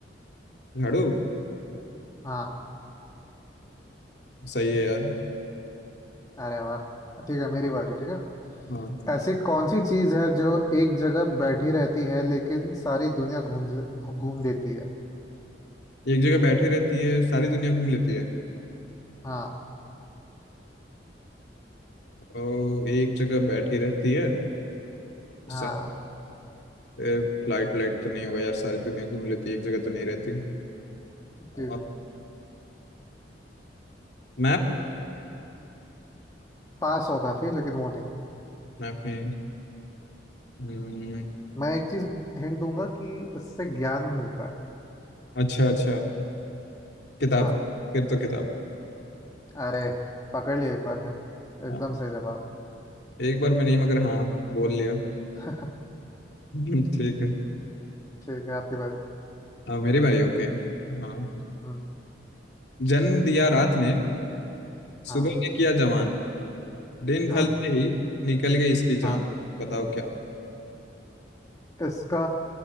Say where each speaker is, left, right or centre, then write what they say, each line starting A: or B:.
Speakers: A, on the left; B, on the left.
A: झाड़ू
B: हाँ
A: सही है यार
B: अरे वाह ठीक है मेरी बारी ठीक है
A: हाँ
B: ऐसी कौन सी चीज़ है जो एक जगह बैठी रहती है लेकिन सारी दुनिया घूम घूम देती है
A: एक जगह बैठी रहती है सारी दुनिया घूम लेती है
B: हाँ
A: और एक जगह बैठी रहती है सा-
B: हाँ
A: ए, फ्लाइट व्लाइट तो नहीं होगा यार सारी दुनिया घूम लेती है एक जगह तो नहीं रहती
B: जी
A: और
B: जी
A: मैप
B: पास हो काफी लेकिन वो नहीं
A: मैप नहीं हम्म,
B: मैं एक चीज हिंट दूंगा कि उससे ज्ञान मिलता है
A: अच्छा अच्छा किताब
B: हाँ
A: फिर तो किताब
B: अरे पकड़ लिया एक बार में एकदम
A: हाँ,
B: सही जवाब
A: एक बार मैं नहीं मगर हाँ बोल लिया
B: <laughs>
A: <laughs> ठीक है
B: ठीक है आपकी बारी
A: हाँ मेरी बारी ओके हाँ
B: हम्म
A: जन्म दिया रात ने सुबह
B: हाँ
A: ने किया जवान दिन
B: हाँ
A: ढलते ही निकल गई इसकी जान
B: हाँ
A: बताओ क्या
B: इसका